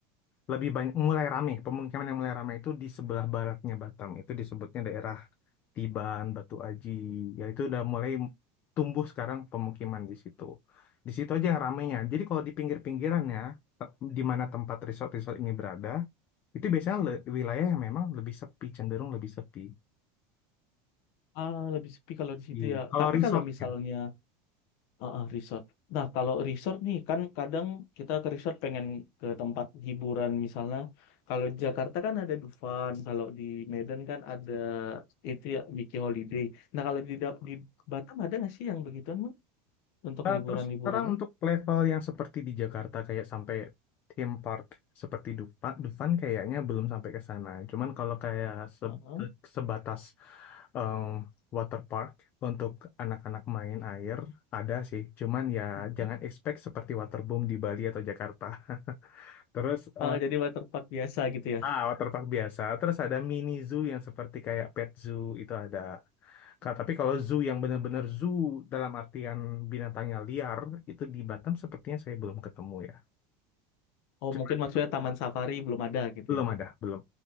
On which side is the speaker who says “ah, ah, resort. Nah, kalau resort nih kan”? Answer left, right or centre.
Left